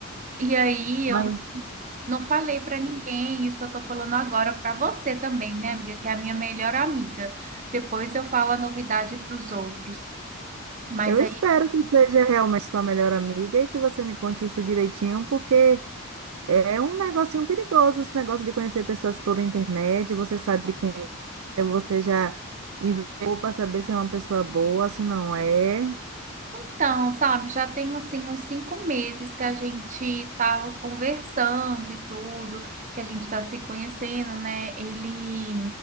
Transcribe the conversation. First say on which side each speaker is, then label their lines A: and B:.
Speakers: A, on the right; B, on the right.
A: E aí
B: Mas
A: eu não falei pra ninguém, isso eu tô falando agora pra você também, né, amiga, que é a minha melhor amiga. Depois eu falo a novidade pros outros. Mas
B: eu espero que seja realmente sua melhor amiga e que você me conte isso direitinho, porque É um negocinho perigoso esse negócio de conhecer pessoas por internet. Você sabe quem é, você já enviou para saber se é uma pessoa boa, se não é.
A: Então, sabe, já tem assim uns cinco meses que a gente tá conversando e tudo, que a gente tá se conhecendo, né? Ele,